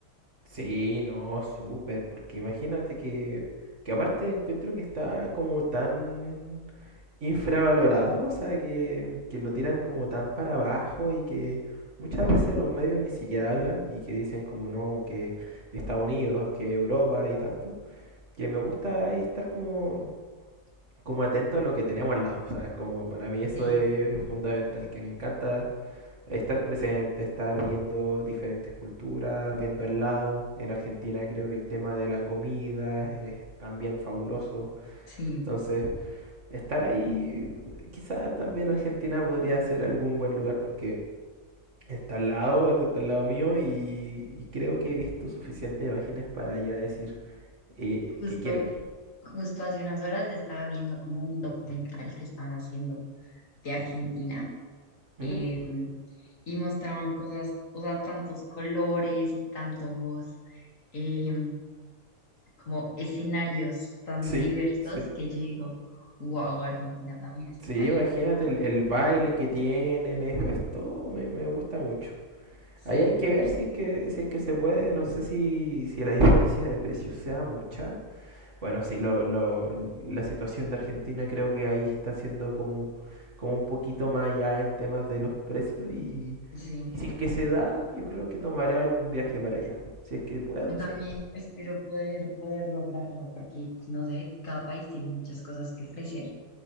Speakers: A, on the right; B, on the left.
A: Sí, no, súper, porque imagínate que, que aparte encuentro que está como tan... infravalorado, o sea, que, que lo tiran como tan para abajo y que muchas veces los medios ni siquiera hablan y que dicen como no, que Estados Unidos, que Europa y tanto, que me gusta ahí estar como, como atento a lo que tenemos al lado, o sea, es como para mí eso
B: Sí,
A: es fundamental, que me encanta estar presente, estar viendo diferentes culturas, viendo al lado. En Argentina creo que el tema de la comida es también fabuloso.
B: sí.
A: Entonces, estar ahí. Quizás también Argentina podría ser algún buen lugar porque está al lado, está al lado mío y, y creo que he visto suficientes imágenes para ya decir eh,
B: Justo,
A: que quiero ir.
B: justo hace unas horas estaba viendo como un documental que estaban haciendo de Argentina
A: Ujú.
B: eh, y mostraban cosas, o sea, tantos colores y tantos eh, como escenarios tan
A: Sí,
B: diversos
A: sí.
B: que yo digo, wow, Argentina también es
A: Sí,
B: un país
A: imagínate el, el baile
B: increíble.
A: que tienen, es, es todo, me, me gusta mucho.
B: Sí,
A: Ahí hay que ver si es que, si es que se puede, no sé si, si la diferencia de precios sea mucha Bueno, sí, lo, lo- la situación de Argentina creo que ahí está siendo como, como un poquito más allá en temas de los precios y,
B: sí.
A: y si es que se da, yo creo que tomaré algún viaje para allá. Si es que puedo,
B: Yo también
A: sí,
B: espero poder, poder lograrlo porque, no sé, cada país tiene muchas cosas que ofrecer